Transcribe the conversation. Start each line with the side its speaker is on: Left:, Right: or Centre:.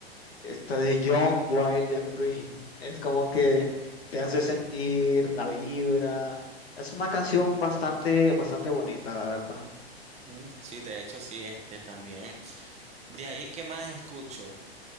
Left: esta de Young, Wild and Free. Es como que te hace sentir la vibra. Es una canción bastante, bastante bonita, la verdad.
Right: Ujú. Sí, de hecho, sí, este también. De ahí, ¿qué más escucho?